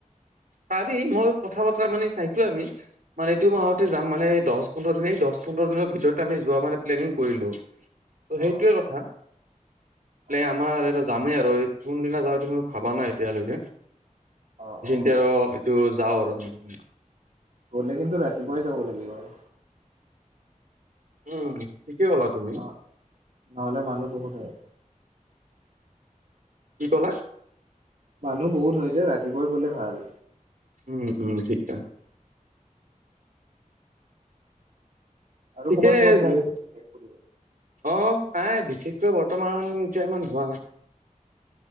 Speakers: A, on the right; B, on the right.
A: পাৰি মই কথা বতৰা মানে চাইতো আমি। মানে এইটো মাহতে
B: অ
A: যাম মানে দহ পোন্ধৰ দিন এই দহ পোন্ধৰ দিনৰ ভিতৰতে আমি যোৱা মানে প্লেনিং কৰিলো। ত' সেইটোৱে
B: অ
A: কথা, প্লেন
B: অ
A: আমাৰ এইটো যামেই আৰু ৰৈ, কোনদিনা যাওঁ এইটো আৰু মই ভাবা নাই এতিয়ালৈকে।
B: অ', অ'।
A: এতিয়া আৰু এইটো যাওঁ আৰু আমি।
B: গ'লে কিন্তু ৰাতিপুৱাই যাব লাগিব আৰু।
A: উম। ঠিকে ক'লা তুমি
B: ন, নহ'লে মানুহ বহুত হয়।
A: কি কলা?
B: মানুহ বহুত হৈ যায় ৰাতিপুৱাই গলে ভাল।
A: উম উম ঠিকা।
B: আৰু
A: ঠিকেই
B: ক'ৰবাত ক'ৰবাত
A: যাম
B: গৈ আছো ফুৰিব।
A: অ নাই বিশেষকৈ বৰ্তমান এতিয়া ইমান যোৱা নাই।